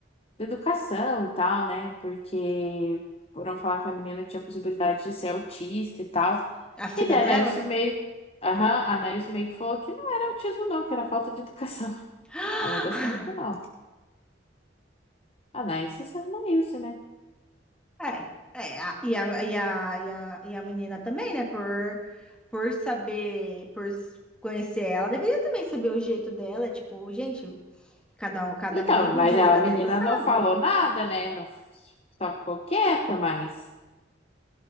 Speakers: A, on the left; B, in the centre.
A: de educação e tal, né? Porque foram falar que a menina tinha possibilidade de ser autista e tal.
B: A filha
A: E daí
B: dela?
A: a Nelson meio, aham, a Nelson meio que falou que não era autismo, não, que era falta de educação. <laughs>
B: <gasps>
A: Ela não gostou muito, não. A Nelson sendo isso, né?
B: É, é, a- e a, e a, e a, e a menina também, né? Por, por saber, por s- conhecer ela, deveria também saber o jeito dela. Tipo, gente, cada um, cada
A: Então,
B: amigo
A: mas
B: de longa
A: a menina
B: data sabe.
A: não falou nada, né? Não, só ficou quieta, mas